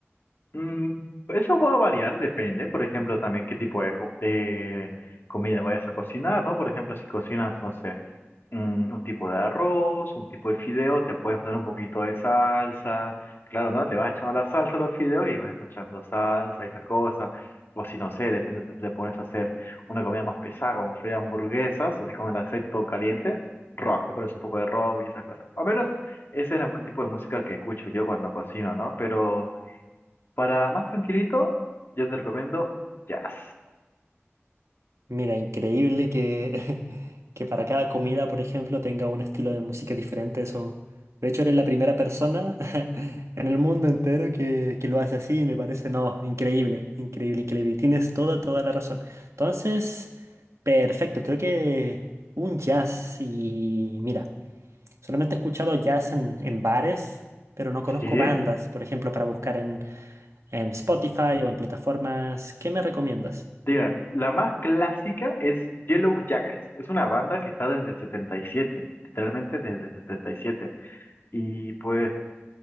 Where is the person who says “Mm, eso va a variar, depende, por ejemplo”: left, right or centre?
Left